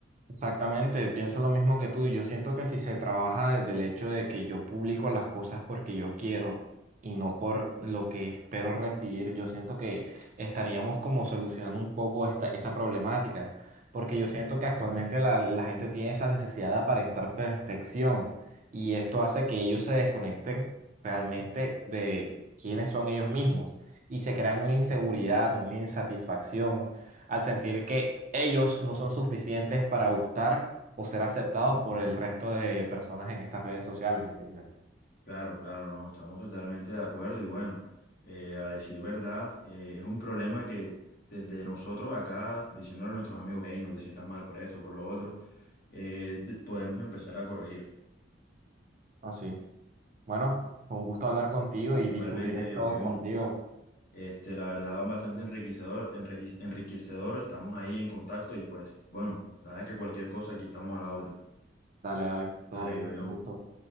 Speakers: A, on the right; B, on the left.
A: Exactamente, pienso lo mismo que tú. Yo siento que si se trabaja desde el hecho de que yo publico las cosas porque yo quiero y no por lo que espero recibir, yo siento que estaríamos como solucionando un poco esta, esta problemática, porque yo siento que actualmente la, la gente tiene esa necesidad de aparentar perfección y esto hace que ellos se desconecten realmente de quiénes son ellos mismos y se crean una inseguridad, una insatisfacción al sentir que ellos no son suficientes para gustar o ser aceptados por el resto de personas en estas redes sociales, ¿me entiendes?
B: Claro, claro, no, estamos totalmente de acuerdo y bueno, eh, a decir verdad, eh, es un problema que desde nosotros acá, diciéndole a nuestros amigos, hey, no te sientas mal por esto, por lo otro, eh, d- podemos empezar a corregir.
A: Así. Bueno, fue un gusto hablar contigo y discutir
B: Igualmente,
A: esto
B: viejo Jun,
A: contigo.
B: este, la verdad, bastante enriquecedor, enriquec- enriquecedor, estamos ahí en contacto y pues, bueno, la verdad es que cualquier cosa aquí estamos a la orden.
A: Dale, dale, todo
B: Dale,
A: bien,
B: viejo Jun.
A: un gusto.